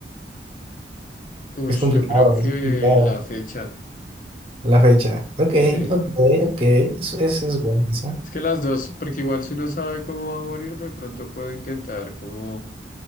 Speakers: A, on the left; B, on the right.
A: Uy,
B: Es complicado,
A: yo creo que
B: es complicado.
A: la fecha,
B: La fecha. Ok,
A: sí.
B: ok, ok. Eso es, es bueno, esa.
A: Es que las dos, porque igual si uno sabe cómo va a morir, de pronto puede intentar como